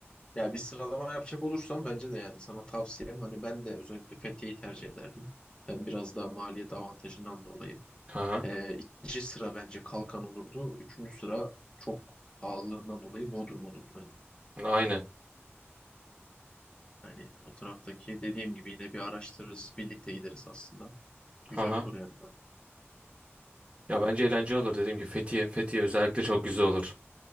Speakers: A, on the left (about 20°); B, on the right (about 25°).
A: Ya bir sıralama yapacak olursam bence de yani sana tavsiyem hani ben de özellikle Fethiye'yi tercih ederdim. Yani biraz daha maliyet avantajından dolayı.
B: Aha,
A: E, ikinci sıra bence Kalkan olurdu. Üçüncü sıra çok pahalılığından dolayı Bodrum olurdu
B: aynen.
A: Hani o taraftaki dediğim gibi yine bir araştırırız. Birlikte gideriz aslında. Güzel
B: Aha.
A: olur yani.
B: Ya bence eğlenceli olur dediğim gibi Fethiye, Fethiye özellikle çok güzel olur.